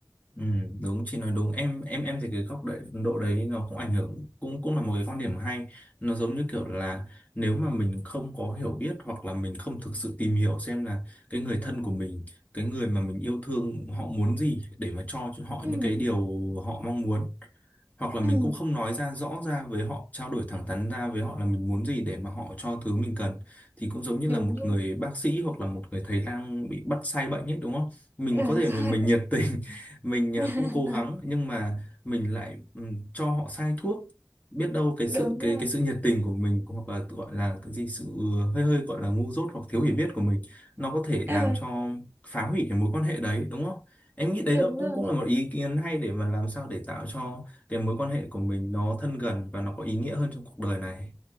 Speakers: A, on the left; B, on the right.
A: Ừ, đúng chị nói đúng em em em thấy cái góc độ độ đấy nó cũng ảnh hưởng cũng cũng là một cái quan điểm hay nó giống như kiểu là nếu mà mình không có hiểu biết hoặc là mình không thực sự tìm hiểu xem là cái người thân của mình cái người mà mình yêu thương họ muốn gì để mà cho cho họ
B: ừ
A: những cái điều họ mong muốn hoặc là mình
B: ừ
A: cũng không nói ra rõ ra với họ trao đổi thẳng thắn ra với họ là mình muốn gì để mà họ cho thứ mình cần thì cũng giống như là
B: đúng
A: một
B: rồi
A: người bác sĩ hoặc là một người thầy lang bị bắt sai bệnh ấy đúng không mình
B: đúng
A: có thể
B: rồi
A: mà mình nhiệt tình <laughs> mình ờ,
B: <laughs>
A: cũng cố gắng nhưng mà mình lại ừm, cho họ sai thuốc biết đâu cái sự
B: đúng
A: cái
B: rồi
A: cái sự nhiệt tình của mình hoặc là tự gọi là cái gì sự ừ, hơi hơi gọi là ngu dốt hoặc thiếu hiểu biết của mình nó có thể
B: Ờ,
A: làm cho phá hủy cái mối quan hệ đấy đúng không em nghĩ đấy
B: đúng
A: là cũng
B: rồi
A: cũng là một ý kiến hay để mà làm sao để tạo cho cái mối quan hệ của mình nó thân gần và nó có ý nghĩa hơn trong cuộc đời này